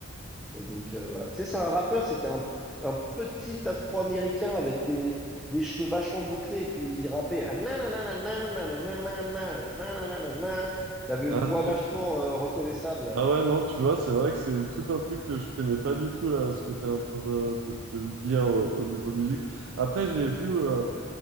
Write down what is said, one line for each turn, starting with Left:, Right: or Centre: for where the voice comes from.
Centre: Et donc, euh, voilà. Tu sais, c'est un rappeur, c'était un, un petit Afro-Américain avec des, des cheveux vachement bouclés, et puis il rappait. ah, nananana, nananana, nananana. Il avait
Right: ah
Centre: une voix
Right: tu,
Centre: vachement euh, reconnaissable.
Right: Ah ouais, non, tu vois, c'est vrai que c'est tout un truc que je connais pas du tout, là, ce que tu es en train de, de, de me dire au, au niveau musique. Après, j'ai vu, euh,